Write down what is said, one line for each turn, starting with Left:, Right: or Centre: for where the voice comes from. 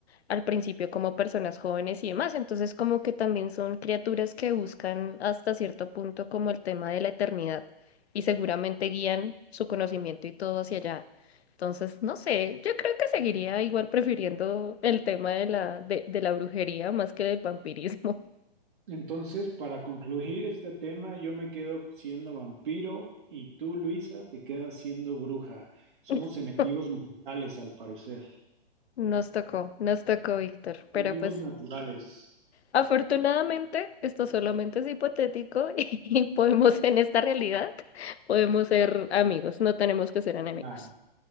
Left: al principio como personas jóvenes y demás. Entonces, como que también son criaturas que buscan hasta cierto punto como el tema de la eternidad y seguramente guían su conocimiento y todo hacia allá. Entonces, no sé, yo creo que seguiría igual prefiriendo el tema de la, de, de la brujería más que del vampirismo.
Right: Entonces, para concluir este tema, yo me quedo siendo vampiro y tú, Luisa, te quedas siendo bruja. Somos
Left: <laughs>
Right: enemigos mortales, al parecer.
Left: Nos tocó, nos tocó, Víctor, pero
Right: Enemigos
Left: pues
Right: naturales,
Left: afortunadamente esto solamente es hipotético <laughs> y podemos en esta realidad, podemos ser amigos, no tenemos que ser enemigos.
Right: claro.